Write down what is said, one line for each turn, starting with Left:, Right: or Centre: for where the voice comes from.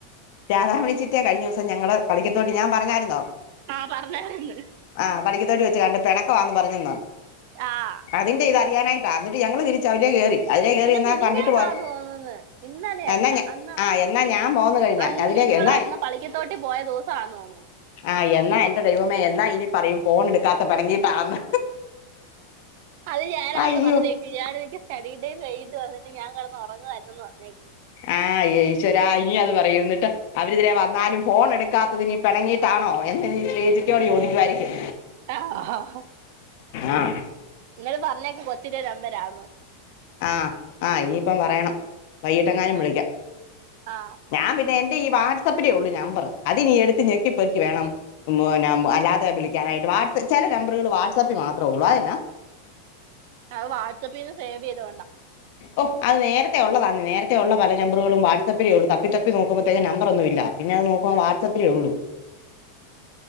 Left: രാധാമണി ചിറ്റിയ കഴിഞ്ഞ ദിവസം ഞങ്ങൾ പളിക്കത്തോട്ട് ഞാൻ പറഞ്ഞായിരുന്നോ
Right: ആഹ് പറഞ്ഞാരുന്ന്
Left: ആ പള്ളിക്ക തോട്ടി വെച്ച് കണ്ട് പിണക്ക വാന്ന് പറഞ്ഞന്നാ
Right: ആഹ
Left: അതിന്റെ ഇത് അറിയാനായിട്ട് എന്നിട്ട് ഞങ്ങള് തിരിച്ച അതിലെ കയറി അതിലേ കയറി
Right: എൻ്റെ
Left: എന്നാ
Right: മിനിഞ്ഞാന്നാ
Left: കണ്ടിട്ട് പോരെ
Right: തോന്നന്ന് ഇന്നലെ
Left: എന്നാ
Right: അല്ല
Left: ഞാ
Right: അന്ന്
Left: ആ എന്നാ ഞാൻ പോന്നു കഴിഞ്ഞാ
Right: അന്ന്
Left: അതിലേ
Right: നിങ്ങള
Left: എന്നാ
Right: ന്ന് പളിക്കത്തോട്ടി പോയ ദോസ തോന്നൂ
Left: ആഹ് എന്നാ എന്റെ ദൈവമേ എന്നാ ഇനി പറയും ഫോൺ എടുക്കാത്ത പിണങ്ങിട്ടാന്ന്
Right: അത് ഞാനാണ്
Left: അയ്യോ
Right: പറഞ്ഞേ ഞാനാ എനിക്ക് സ്റ്റഡിടൈം കഴിയിട്ട് വന്നിട്ട് ഞാൻ കിടന്നുറങ്ങുവാര്ന്ന് പറഞ്ഞേക്ക്
Left: ആഹ് യേ യീശ്വരാ ഇനിഅത് പറയുംന്നിട്ട് അവരിതിരെ വന്നാലും ഫോൺ എടുക്കാത്തതി പിണങ്ങിട്ടാണോ എന്ന് ശ്രീയ ചിറ്റയോട് ചോദിക്കുവായിരിക്കും
Right: അ ആഹ്
Left: ആഹ്
Right: നിങ്ങൾ പറഞ്ഞേക്കെ കൊച്ചിന്റെ നമ്പരാന്ന്
Left: ആഹ ആ ഇനിയിപ്പം പറയണം വൈകിട്ടെങ്ങാനും
Right: ആ
Left: വിളിക്കാം
Right: ആഹ്
Left: ഞാൻ പിന്നെ എന്റെ ഈ വാട്സആപ്പിനേ ഉള്ളു നമ്പർ അത് നീ എടുത്ത് ഞെക്കി പേർക്കി വേണം ഉ അല്ലാതെ വിളിക്കാനായിട്ട് വാട് ചില നമ്പറുകൾ വാട്സപ്പിൽ മാത്രമേ ഉള്ളു അതെന്ന
Right: അത് വാട്സ്ആപ്പിൽ നിന്ന് സേവ് ചെയ്തോണ്ടോ
Left: ഓ അത് ഉള്ളതാന്ന് നേരത്തെുള്ള പല നമ്പറുകളും വാട്സപ്പിലേ ഉള്ളൂ തപ്പി തപ്പി നോക്കുമ്പോഴത്തേന്റെ നമ്പറ ഒന്നും ഇില്ല പിന്നെ അത് നോക്കുമ്പോൾ വാട്സപ്പിലേ ഉള്ളൂ
Right: <inaudible>